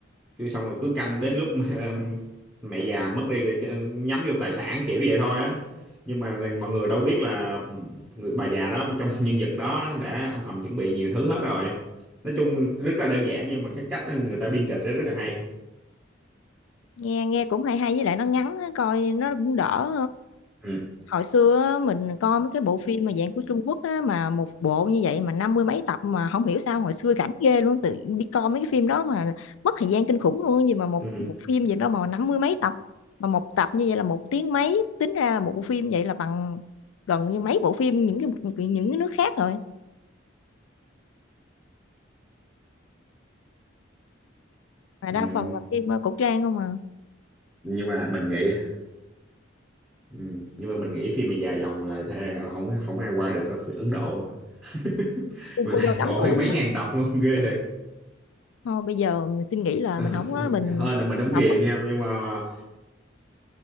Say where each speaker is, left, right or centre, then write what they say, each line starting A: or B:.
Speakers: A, in the centre; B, on the left (about 85°).
A: cứ xong rồi cứ canh đến lúc mà <laughs> mẹ già mất đi rồi nhắm vô tài sản kiểu vậy thôi á nhưng mà mọi người đâu biết là người bà già đó trong <laughs> nhân vật đó đã âm thầm chuẩn bị nhiều thứ hết rồi nói chung rất là đơn giản nhưng mà cái cách người ta biên kịch đó rất là hay
B: nghe nghe cũng hay hay với lại nó ngắn á, coi nó cũng đỡ
A: ừ.
B: hồi xưa á, mình coi mấy cái bộ phim mà dạng của Trung Quốc á, mà một bộ như vậy mà năm mươi mấy tập mà không hiểu sao hồi xưa rảnh ghê luôn tự đi coi mấy cái phim đó mà mất thời gian kinh khủng luôn á. gì mà một
A: Ừ.
B: một phim gì đó mà năm mươi mấy tập mà một tập như vậy là một tiếng mấy tính ra là một bộ phim vậy là bằng gần như mấy bộ phim những cái những cái nước khác rồi mà
A: Ừ.
B: đa phần là phim ờ, cổ trang không à
A: nhưng mà mình nghĩ ừ. nhưng mà mình nghĩ phim mà dài dòng là thề, không không ai qua được ở phía Ấn Độ <laughs>
B: phim
A: mình
B: cô
A: thấy
B: dâu tám
A: coi
B: tuổi
A: mấy
B: hả
A: ngàn tập luôn ghê thiệt
B: thôi bây giờ mình suy nghĩ là
A: <laughs>
B: mình không á mình,
A: hơn là mình không
B: mình không
A: ghiền
B: á
A: nha nhưng mà